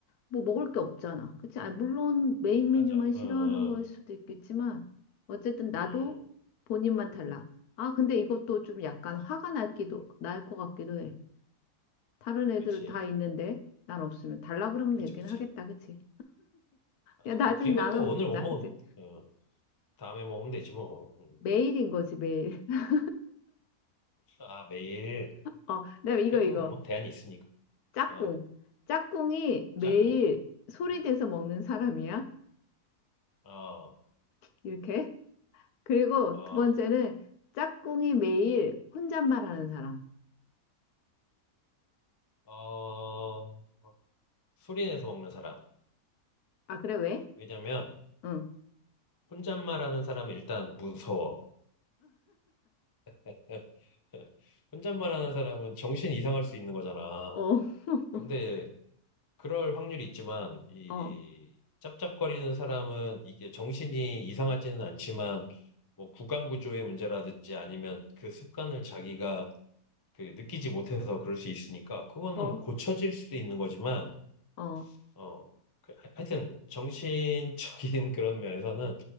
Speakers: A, on the left; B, on the left.
A: 뭐 먹을 게 없잖아. 그치? 아, 물론 메인 메뉴만
B: 맞아.
A: 싫어하는
B: 응, 응,
A: 거일 수도 있겠지만, 어쨌든 나도
B: 응.
A: 본인만 달라. 아, 근데 이것도 좀 약간
B: 맞아.
A: 화가 날기도, 날 것 같기도 해. 다른 애들
B: 그렇지.
A: 다 있는데, 난 없으면 달라 그러면
B: 그렇지,
A: 되긴
B: 그렇지.
A: 하겠다. 그치?
B: 맞아.
A: 야, 나 좀
B: 그리고
A: 나눠
B: 또
A: 먹자.
B: 오늘 못 먹은
A: 그치?
B: 어, 다음에 먹으면 되지 뭐. 응.
A: 매일인 거지, 매일. <laughs>
B: 아, 매일
A: 어, 그다음에
B: 그래도
A: 이거, 이거.
B: 뭐 대안이 있으니까.
A: 짝꿍.
B: 어,
A: 짝꿍이 매일
B: 짝꿍.
A: 소리
B: 응.
A: 내서 먹는 사람이야.
B: 어,
A: 이렇게. 그리고
B: 어,
A: 두 번째는 짝꿍이 매일 혼잣말 하는 사람.
B: 어, 소리 내서 먹는 사람.
A: 아, 그래, 왜?
B: 왜냐면
A: 응.
B: 혼잣말하는 사람은 일단 무서워. <laughs> 혼잣말하는 사람은 정신이 이상할 수 있는 거잖아.
A: 어, <laughs>
B: 근데 그럴 확률이 있지만 이
A: 어,
B: 짭짭거리는 사람은 이게 정신이 이상하지는 않지만 뭐 구강 구조의 문제라든지 아니면 그 습관을 자기가 그 느끼지 못해서 그럴 수 있으니까 그거는
A: 어,
B: 뭐 고쳐질 수도 있는 거지만
A: 어.
B: 어 그 하- 하여튼 정신적인 <laughs> 그런 면에서는